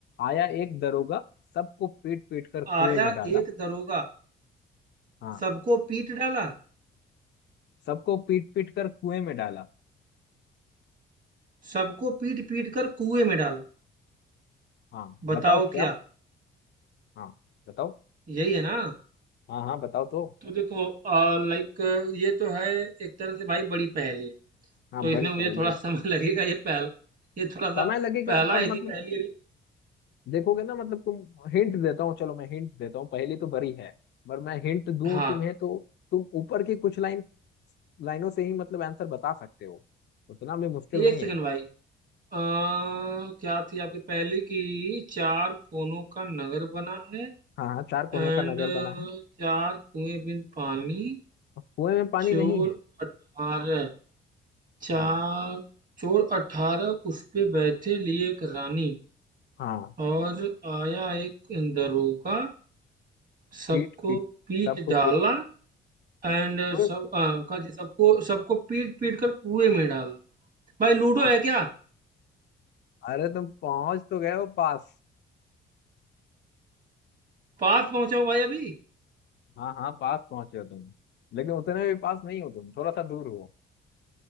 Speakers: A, on the left (about 60°); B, on the right (about 40°).
A: आया एक दरोगा सबको पीट पीट कर कुएं
B: आया
A: में डाला
B: एक दरोगा
A: हाँ
B: सबको पीट डाला
A: सबको पीट पीट कर कुएं में डाला
B: सबको पीट पीट कर कुएं में डाला
A: हाँ
B: बताओ
A: बताओ क्या
B: क्या
A: हाँ बताओ
B: यही है ना
A: हाँ हाँ बताओ तो
B: तो देखो लाइक ये तो है एक तरह से भाई बड़ी पहेली है
A: हाँ
B: तो
A: बड़ी
B: इसमें मुझे
A: पहेली
B: थोड़ा
A: है
B: <laughs> समय लगेगा ये पहला ये थोड़ा सा
A: समय लगेगा
B: पहला
A: पर
B: ऐसी
A: मतलब
B: पहेली अभी
A: देखोगे ना मतलब तुम हिंट देता हूँ चलो मैं हिंट देता हूँ पहेली तो बड़ी है पर मैं हिंट दूं
B: हाँ
A: तुम्हें तो तुम ऊपर की कुछ लाइन लाइनों से ही मतलब आंसर बता सकते हो उतना भी मुश्किल
B: एक
A: नहीं
B: सेकंड
A: है ये।
B: भाई अ, क्या थी आपकी पहली की चार कोनों का नगर बना है
A: हाँ हाँ चार कोनों
B: एंड
A: का नगर बना है
B: चार कुएं बिन पानी
A: और कुएं में पानी
B: चोर
A: नहीं है
B: अठारह चार
A: हाँ
B: चोर अठारह उस पे बैठे लिए एक रानी
A: हाँ
B: और आया एक दरोगा सबको
A: पीट पीट
B: पीट
A: सबको
B: डाला
A: पीट पीट
B: एंड
A: कुएं
B: सब अ, क्या थी सबको सबको पीट पीट कर कुएं में डाला भाई लूडो
A: हाँ
B: है क्या
A: अरे तुम पहुंच तो गए हो पास
B: पास पहुंचा हूं भाई अभी
A: हाँ हाँ पास पहुंचे हो तुम लेकिन उतने भी पास नहीं हो तुम थोड़ा सा दूर हो